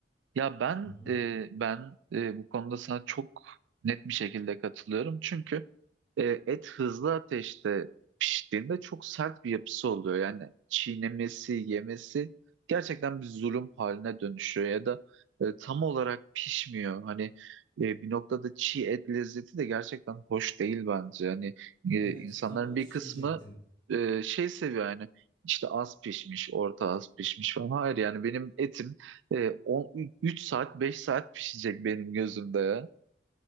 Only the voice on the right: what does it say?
Ya ben
e, ben e, bu konuda sana çok net bir şekilde katılıyorum. Çünkü e, et hızlı ateşte piştiğinde çok sert bir yapısı oluyor. Yani çiğnemesi, yemesi gerçekten bir zulüm haline dönüşüyor ya da e, tam olarak pişmiyor. Hani e, bir noktada çiğ et lezzeti de gerçekten hoş değil bence. Hani e,
insanların
bir
kısmı e, şey seviyor yani işte az pişmiş, orta az pişmiş falan. Hayır yani benim etim e, on, üç saat 5 saat pişecek benim gözümde ya.